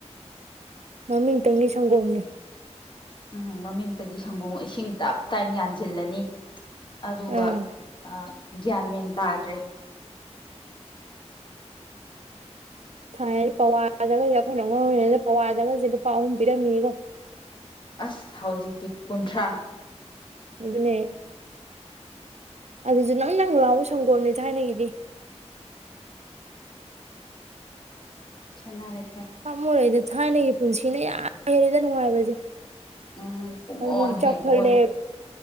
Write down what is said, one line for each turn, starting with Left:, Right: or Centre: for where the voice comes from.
Right: ꯃꯃꯤꯡꯇꯒꯤ ꯁꯪꯒꯣꯝꯅꯤ
Left: ꯎꯝ ꯃꯃꯤꯡꯇꯒꯤ ꯁꯪꯒꯣꯝ ꯏꯁꯤꯡ ꯇꯞ ꯇꯥꯏꯅ ꯌꯥꯟꯁꯤꯜꯂꯅꯤ ꯑꯗꯨꯒ
Right: ꯑꯥ
Left: ꯑ ꯒꯌꯥꯟ ꯃꯦꯟ ꯇꯥꯗꯔꯦ
Right: ꯊꯥꯏꯅꯗꯤ ꯄꯋꯥꯗꯒ ꯑꯩꯈꯣꯏꯅ ꯑꯉꯥꯡ ꯑꯣꯏꯔꯤꯉꯩꯗ ꯄꯋꯥꯗꯒꯁꯦ ꯂꯨꯄꯥ ꯑꯍꯨꯝ ꯄꯤꯔꯝꯃꯤꯅꯤꯗꯣ
Left: ꯑꯁ ꯍꯧꯖꯤꯛꯇꯤ ꯀꯨꯟꯊ꯭ꯔꯥ
Right: ꯑꯗꯨꯅꯦ꯫ ꯑꯗꯨꯁꯨ ꯅꯪ - ꯅꯪ ꯂꯥꯎ ꯁꯪꯒꯣꯝꯅꯤ꯫ ꯊꯥꯏꯅꯒꯤꯗꯤ
Left: ꯈꯦꯟꯅꯔꯦ
Right: ꯄꯥꯝꯃꯨꯔꯦꯗ ꯊꯥꯏꯅꯒꯤ ꯄꯨꯟꯁꯤꯅ ꯌꯥꯝ ꯍ°ꯜꯂꯦꯗ ꯅꯨꯡꯉꯥꯏꯕꯁꯤ
Left: ꯎꯝ ꯄꯨꯡꯑꯣꯟ
Right: ꯍꯧꯖꯤꯛ ꯆꯥꯎꯈꯠꯂꯦ
Left: ꯍꯦꯛ ꯑꯣꯜꯂꯦ